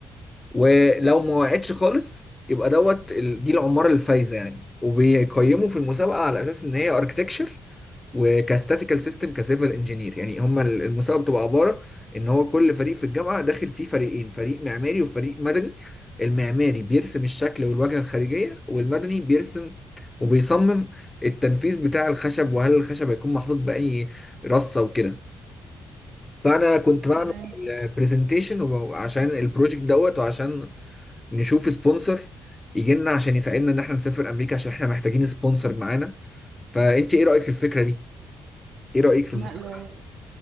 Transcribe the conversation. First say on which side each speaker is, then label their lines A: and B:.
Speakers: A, on the left; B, on the right.
A: ولو ما وقعتش خالص يبقى دوت ال- دي العمارة الفايزة يعني وبيقيموا في المسابقة على أساس إن هي أركتكشر وكاستاتيكال سيستم كسيفل انجينير يعني هما ال- المسابقة بتبقى عبارة إن هو كل فريق في الجامعة داخل فيه فريقين فريق معماري وفريق مدني المعماري بيرسم الشكل والواجهة الخارجية والمدني بيرسم وبيصمم التنفيذ بتاع الخشب وهل الخشب هيكون محطوط بأي رصة وكده فأنا كنت بعمل
B: تمام
A: البرزنتيشن عشان البروجكت دوت وعشان نشوف سبونسر يجي لنا عشان يساعدنا ان احنا نسافر امريكا عشان احنا محتاجين سبونسر معانا فانت ايه رايك في الفكره دي ايه رايك في
B: لا
A: المساعده
B: لا